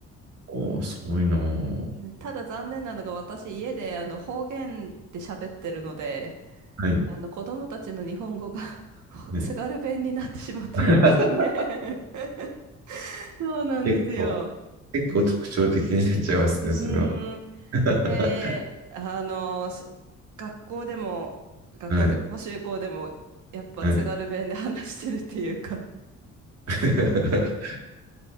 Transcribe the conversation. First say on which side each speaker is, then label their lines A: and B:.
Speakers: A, on the right; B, on the right.
A: おー、すごいなー。
B: ただ残念なのが私家であの方言で喋ってるので、
A: はい。
B: あの子供たちの日本語が <laughs>
A: ね。
B: 津軽弁になってしまってるんですよね
A: <laughs>
B: <laughs> そうなんですよ。
A: 結構、結構特徴的になっちゃいますね、
B: う
A: それは。
B: ーん。
A: <laughs>
B: で、あの、す学校でも、学校っていうか補習校でも、
A: はい。
B: やっぱ津軽弁で
A: はい。
B: <laughs> 話してるっていうか
A: <laughs>
B: <laughs>